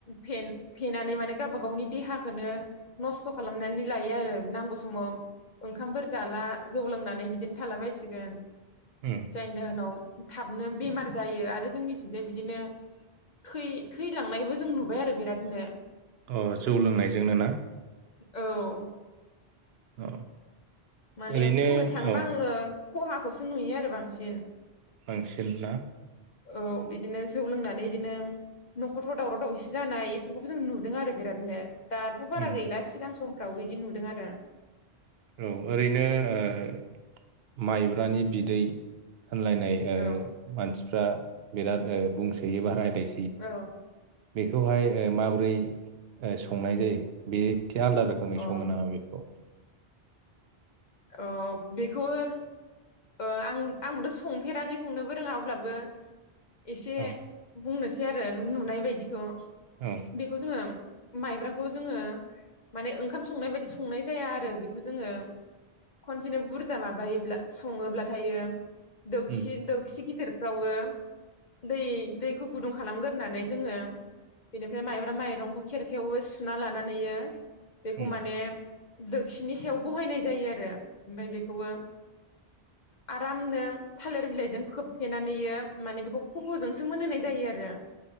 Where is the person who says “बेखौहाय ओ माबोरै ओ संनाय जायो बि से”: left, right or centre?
Right